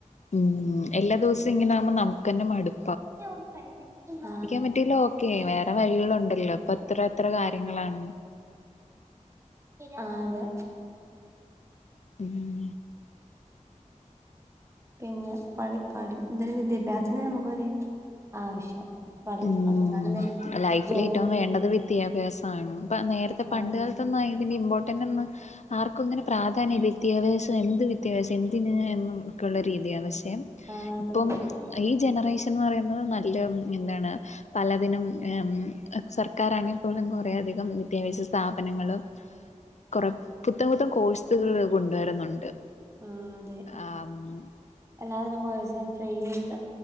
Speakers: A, on the left (about 65°); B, on the right (about 20°).
A: ഉം എല്ലാ ദിവസവും ഇങ്ങനെ ആകുമ്പോ നമുക്ക് തന്നെ മടു-
B: ആഹ്
A: പറ്റിയില്ല ഓക്കെ വേറെ വഴികളുണ്ടല്ലോ അപ്പൊ അത്ര അത്ര കാര്യങ്ങളാണ്
B: ആ അതെ
A: ഉം
B: പിന്നെ പഠി പഠി എന്താലും വിദ്യാഭ്യാസത്തിന് നമുക്കൊരു ആവശ്യം പഠി
A: ഉം
B: പഠിച്ചാലെന്തേലും
A: ലൈഫിലേറ്റവും
B: ജോലി
A: വേണ്ടത് വിദ്യാഭ്യാസമാണ് പ്പ നേരത്തെ പണ്ട്
B: ആ
A: കാലത്തൊന്നും അയി ന്റെ ഇമ്പോർട്ടന്റൊന്നും ആർക്കു ഇങ്ങനെ പ്രാധാന്യമില്ല വിദ്യാഭ്യാസം എന്ത് വിദ്യാഭ്യാസം എന്തിന് എന്ന് ഒക്കെയുള്ള രീതിയാണ് ശ് രം
B: ആ അതെ
A: ഇപ്പം ഈ ജന- ക്കേഷൻ എന്ന് പറയുന്നത് നല്ല എന്താണ് പലതിനും എം സർക്കാരാണെ പോലും കുറെയധികം വിദ്യാഭ്യാസ സ്ഥാപനങ്ങളും കൊറെ പുത്തൻ പുത്തൻ കോഴ്സുകള് കൊണ്ടുവരുന്നുണ്ട്
B: ആ അതെ
A: ആഹ്
B: എല്ലാതരം കൊഴ്സുകളും ഫ്രീ ഒണ്ട്